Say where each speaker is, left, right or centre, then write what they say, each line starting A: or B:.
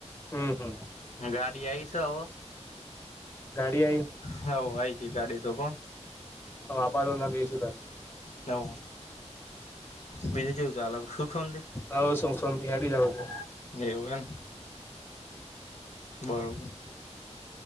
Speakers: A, on the left; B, on the left.
A: હમ હમ.
B: ગાડી આવી છે હવે.
A: ગાડી આઈ.
B: હ આય છે ગાડી તો હો.
A: હવે આ આપાારો ના બે શું સત.
B: હવ બીજું જોવું છે સુખ શાતિ.
A: હવ સુખ શાતી હેડી આવે છે.
B: એવ એ બરોબર.